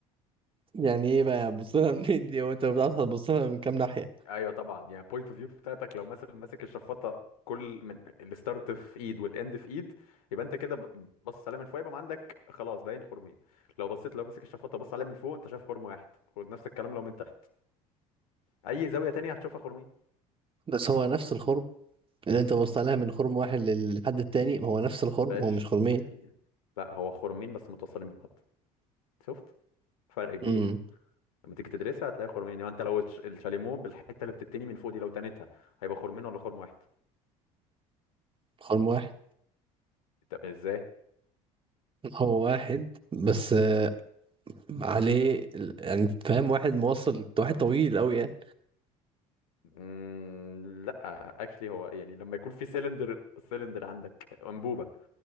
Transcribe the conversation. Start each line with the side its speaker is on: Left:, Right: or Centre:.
Right: يعني ايه بقى بص لها منين دي هو انت بتعرف هتبص لها من كام ناحية
Left: ايوه طبعا يعني بوينت اوف فيو بتاعتك لو مثلا ماسك الشفاطه كل من الستارت في ايد والاند في ايد يبقى انت كده ب- بص عليها من فوق يبقى ما عندك خلاص باين خرمين لو بصيت لو مسك الشفاطه بص عليها من فوق انت شايف خرم واحد ونفس الكلام لو من تحت اي زاويه تانية هتشوفها خرمين
Right: بس هو نفس الخرم اللي انت بصت عليها من خرم واحد للحد التاني هو نفس الخرم
Left: باش
Right: هو مش خرمين
Left: لا هو خرمين بس متصلين ببعض شفت فرق كبير
Right: امم
Left: لما تيجي تدرسها هتلاقي خرمين يعني انت لو الش- الشاليمو بالحته اللي بتتني من فوق دي لو تنتها هيبقى خرمين ولا خرم واحد
Right: خرم واحد
Left: طب ازاي
Right: هو واحد بس آه، عليه ال- يعني فاهم واحد موصل واحد طويل قوي يعني
Left: مم... لا اكشلي هو يعني لما يكون في سيلندر سيلندر عندك انبوبه